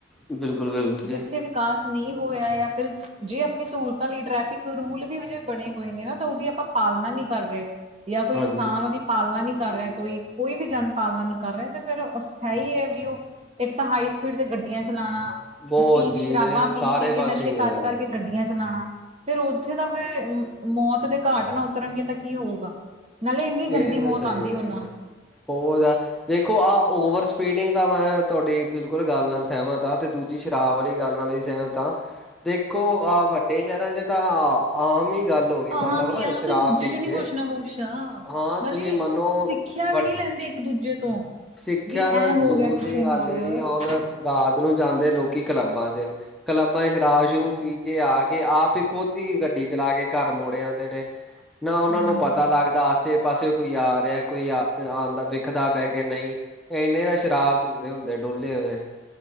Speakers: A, in the centre; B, on the right.
A: ਬਿਲਕੁਲ ਬਿਲਕੁਲ ਜੀ
B: ਜਿੱਥੇ ਵਿਕਾਸ ਨਹੀਂ ਹੋਇਆ ਜਾਂ ਫਿਰ। ਜੇ ਆਪਣੀ ਸਹੂਲਤਾਂ ਲਈ, ਟ੍ਰੈਫਿਕ ਰੂਲ ਵੀ ਬਣੇ ਹੋਏ ਨੇ ਨਾ, ਤਾਂ ਉਹਦੀ ਆਪਾਂ ਪਾਲਣਾ ਨਹੀਂ ਕਰ ਰਹੇ। ਜਾਂ ਕੋਈ
A: ਹਾਂਜੀ।
B: ਇਨਸਾਨ ਉਹਦੀ ਪਾਲਣਾ ਨਹੀਂ ਕਰ ਰਿਹਾ ਕੋਈ, ਕੋਈ ਵੀ ਜਨਮ ਪਾਲਣਾ ਨਹੀਂ ਕਰ ਰਿਹਾ ਤੇ। ਫਿਰ ਹੈ ਹੀ ਹੈ ਵੀ ਉਹ, ਇੱਕ ਤਾਂ ਹਾਈ ਸਪੀਡ ਤੇ ਗੱਡੀਆਂ ਚਲਾਣਾ।
A: ਬਹੁਤ
B: ਪੀ,
A: ਜੀ
B: ਸ਼ਰਾਬਾਂ
A: ਇਹ
B: ਪੀ-
A: ਸਾਰੇ
B: ਪੀ ਕੇ ਨਸ਼ੇ
A: ਪਾਸੇ ਹੀ
B: ਕਰ
A: ਹੈ।
B: ਕਰਕੇ ਗੱਡੀਆਂ ਚਲਾਣਾ। ਫੇਰ ਉੱਥੇ ਤਾਂ ਫੇ, ਮੌਤ ਦੇ ਘਾਟ ਨਾ ਉਤਰਨਗੇ ਤਾਂ ਕੀ ਹੋਊਗਾ। ਨਾਲੇ ਇੰਨੀ
A: ਇਹ
B: ਗੰਦੀ
A: ਤਾਂ
B: ਮੌਤ
A: ਸਹੀ
B: ਆਉਂਦੀ
A: ਹੈ
B: ਉਹਨਾਂ
A: ਜੀ,
B: ਨੂੰ
A: ਉਹ ਤਾਂ, ਦੇਖੋ ਆਹਨ੍ਹ। ਓਵਰ ਸਪੀਡਿੰਗ ਤਾਂ ਮੈਂ, ਤੁਹਾਡੀ ਬਿਲਕੁਲ ਗੱਲ ਨਾਲ ਸਹਿਮਤ ਹਾਂ ਤੇ ਦੂਜੀ ਸ਼ਰਾਬ ਵਾਲੀ ਗੱਲ ਨਾਲ ਹੀ ਸਹਿਮਤ। ਤਾਂ, ਦੇਖੋਹ ਵੱਡੇ ਸ਼ਹਿਰਾਂ 'ਚ ਤਾਂ ਆਮ ਹੀ ਗੱਲ। ਹੋ ਗਈ
B: ਆਹਾਂ
A: ਮਤਲਬ
B: ਮ ਆ,
A: ਸ਼ਰਾਬ
B: ਤੇ ਦੂਜੇ
A: ਪੀ
B: ਦਿਨ
A: ਕੇ
B: ਹੀ ਕੁੁਛ ਨਾ ਕੁਸ਼। ਅ ਗੇ,
A: ਹਾਂ
B: ਨਾਲੇ
A: ਤੁਸੀਂ ਮੰਨੋ
B: ਸਿੱਖਿਆ
A: ਵੱ
B: ਵੀ ਨਹੀਂ ਲੈਂਦੇ ਇੱਕ -ਦੂਜੇ ਤੋਂ।
A: ਸਿੱਖਿਆ
B: ਵੀ
A: ਤਾਂ
B: ਐ ਹੋ
A: ਦੂਰ
B: ਗਿਆ ਕਿਸੇ
A: ਦੀ ਗੱਲ
B: ਨਾਲ
A: ਹੈ
B: ਹੂੰ
A: ਜੀ, ਹੁਣ ਰਾਤ ਨੂੰ ਜਾਂਦੇ ਲੋਕੀ ਕਲੱਬਾਂ 'ਚ। ਕਲੱਬਾਂ 'ਚ ਸ਼ਰਾਬ- ਸਰਾਬ ਪੀ ਕੇ ਆ ਕੇ ਆਪ ਇੱਕੋ। ਖੁਦ ਹੀ ਗੱਡੀ ਚਲਾ ਕੇ ਘਰ ਮੁੜ ਆਉਂਦੇ ਨੇ, ਨਾ ਉਹਨਾ
B: ਹੂੰ
A: ਨੂੰ ਪਤਾ। ਪਤਾ ਲੱਗਦਾ ਆਸੇ ਪਾਸੇ ਕੋਈ ਆ ਰਿਹਾ, ਕੋਈ ਆ ਆਉਂਦਾ ਵੇਖਦਾ‌ ਕਿ ਨਹੀਂ, ਇਹਨੇ ਤਾਂ ਸ਼ਰਾਬ 'ਚ ਹੁੰਦੇ, ਹੁੰਦੇ ਡੋਲੇ ਹੋਏ।